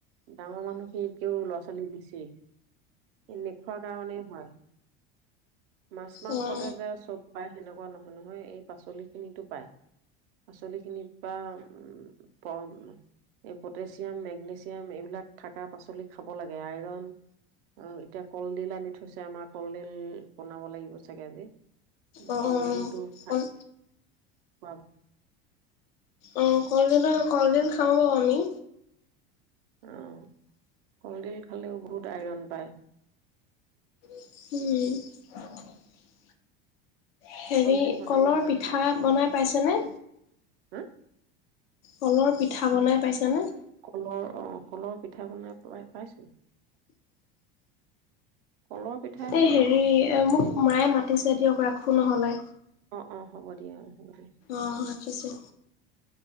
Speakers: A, on the right; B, on the left.
A: ডাঙৰ মানুহখিনিতকেও ল'ৰা-ছোৱালী বেছি। এ নোখোৱা কাৰণেই হোৱা- মাছ মাংসতে
B: উম
A: যে চব পাই সেনেকুৱা নহ- নহয় এই পাচলি খিনিটো পায়। পাচলি খিনি- বা আ পম এই পটেছিয়াম, মেগনেছিয়াম এইবিলাক থাকা পাচলি খাব লাগে আইৰন, এতিয়া কলডিল আনি থৈছে আমাৰ কলডিল বনাব লাগিব চাগে আজি।
B: উম
A: কলডিলটো খা
B: অঁ
A: খোৱাটো
B: অ অ, কলডিলৰ- কলডিল খাওঁ আমি।
A: অ অ অ কলডিল খালেও বহুত আইৰণ পায়।
B: উম্। হেৰি
A: কলডিল বনাব
B: কলৰ
A: জানা
B: পিঠা
A: নাই?
B: বনাই পাইছেনে?
A: হা?
B: কলৰ পিঠা বনাই পাইছানে?
A: কলৰ অ' কলৰ পিঠা বনাই পা পাইছোঁ। কলৰ পিঠা
B: এই
A: সেয়া
B: হেৰি মোক মায়ে মাতিছে দিয়ক ৰাখোঁ নহলে।
A: অ, অ হ'ব দিয়া অ। হ'ব দিয়া
B: অ ৰাখিছোঁ।